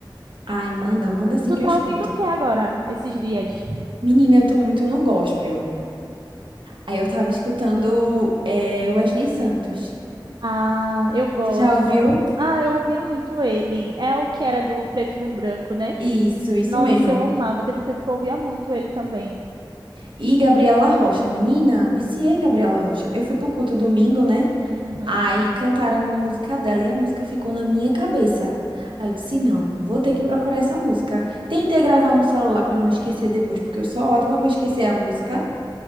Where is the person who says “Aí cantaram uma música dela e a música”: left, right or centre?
Right